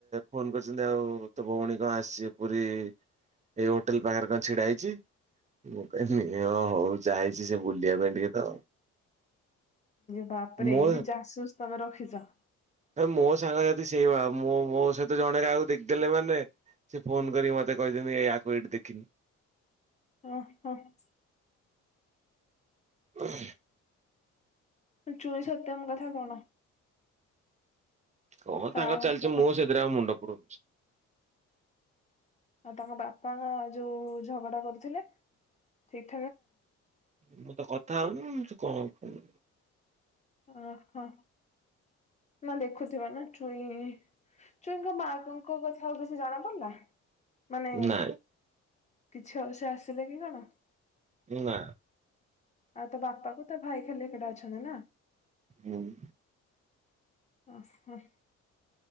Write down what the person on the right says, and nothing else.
ଫୋନ୍ କରିଛନ୍ତି ଆଉ ତୋ ଭଉଣୀ କଣ ଆସିଛି ପୁରୀ ଏଇ ହୋଟେଲ ପାଖରେ କଣ ଛିଡା ହେଇଚି, ମୁଁ କହିନି ଓ ହଉ ଯାଇଛି ସେ ବୁଲିବା ପାଇଁ ଟିକେ ତ
ମୋ
ଆ ମୋ ସାଙ୍ଗ ସାଥି ସେଇଭଳିଆ ମୋ ମୋ ସହିତ ତ ଜଣେ କାହାକୁ ଦେଖିଦେଲେ ମାନେ ସେ ଫୋନ କରିକି ମତେ କହିଦଛନ୍ତି ଏଇୟାକୁ ଏଇଠି ଦେଖିନି।
ହ।
କଣ
ତାଙ୍କର ଚାଲଚି ମୁଁ
ସେଥିରେ ଆଉ ମୁଣ୍ଡପୁରଉଚି ।
ମୁଁ ତ କଥା ହଉନି ସିଏ କଣ କଇବ
ନାଇଁ
ନା।
ହୁଁ ।